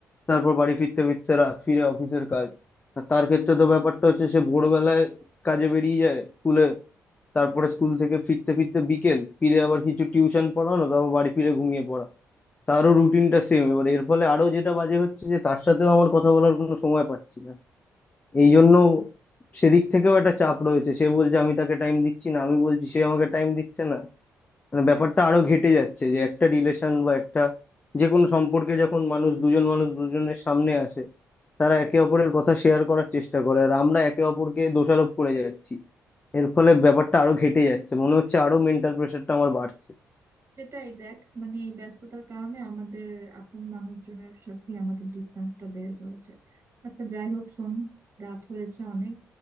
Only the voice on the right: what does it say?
সেটাই দেখ মানে এই ব্যস্ততার কারণে আমাদের আপন মানুষজনের সাথে আমাদের ডিস্টেন্সটা বেড়ে চলেছে আচ্ছা যাই হোক শোন রাত হয়েছে অনেক